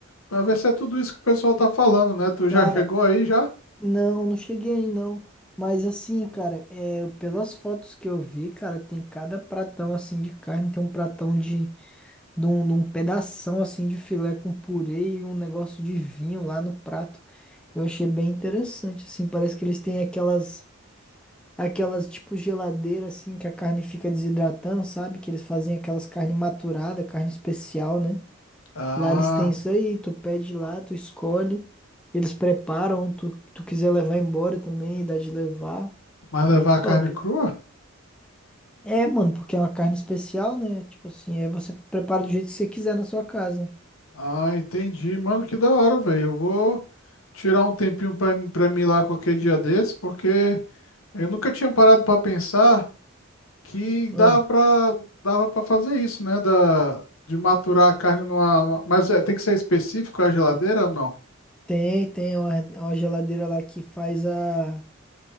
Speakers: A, on the left (about 75°); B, in the centre.
A: para ver se é tudo isso que o pessoal tá falando, né? Tu já
B: Cara,
A: chegou aí já?
B: não, não cheguei aí não. Mas assim, cara, é, pelas fotos que eu vi, cara, tem cada pratão assim de carne, tem um pratão de, de um, de um pedação assim de filé com purê e um negócio de vinho lá no prato. Eu achei bem interessante, assim, parece que eles têm aquelas. Aquelas tipo geladeira assim que a carne fica desidratando, sabe? Que eles fazem aquelas carne maturada, carne especial, né?
A: Ah,
B: Lá eles têm isso aí, tu pede lá, tu escolhe, eles preparam, tu, tu quiser levar embora também, dá de levar,
A: mas
B: bem
A: levar
B: top.
A: a carne crua?
B: É, mano, porque é uma carne especial, né? Tipo assim, é você prepara do jeito que você quiser na sua casa.
A: Ah, entendi. Mano, que da hora, velho. Eu vou tirar um tempinho para para mim ir lá qualquer dia desse, porque eu nunca tinha parado para pensar que dava
B: Ah,
A: para dava para fazer isso, né? Da, de maturar a carne numa, numa- Mas é, tem que ser específico a geladeira ou não?
B: tem, tem uma, uma geladeira lá que faz a,